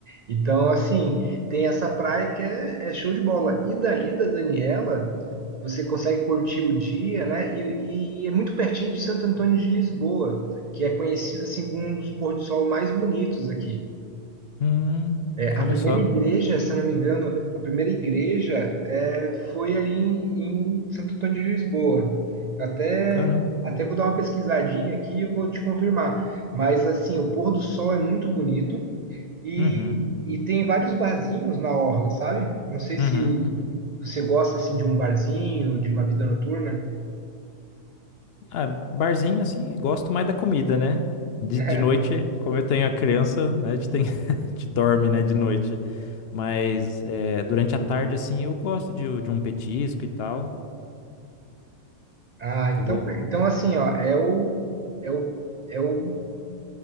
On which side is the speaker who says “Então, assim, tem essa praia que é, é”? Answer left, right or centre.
Right